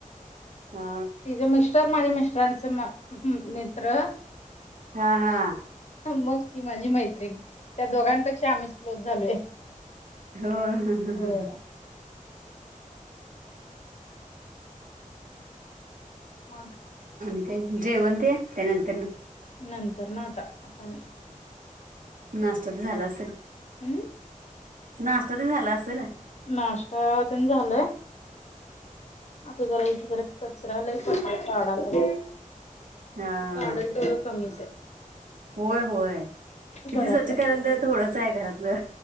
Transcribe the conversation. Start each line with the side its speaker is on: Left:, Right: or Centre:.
Right: हा
Left: तिज मिस्टर माझ्या मिस्टरांचं मा हं मित्र.
Right: हां हां.
Left: मग ती माजी मैत्रिण त्या दोघांपेक्षा आम्हीच क्लोज झालोय.
Right: हां हम्म्म.
Left: होय मग?
Right: आणिकाय जेवणते का नंतरन?
Left: नंतरन आता आता नाय.
Right: नाश्टाते झाला असंल.
Left: हम्म?
Right: नाश्टा ते झाला असंल.
Left: नाश्टा तेन झालंय. आता जरा <unintelligible> कचरा लई पडलाय काडालोय.
Right: हा
Left: काडल तेवढं कमीचय.
Right: होय होय किती
Left: घरातलं
Right: स्वच्छ करालते थोडंचाय घरातलं.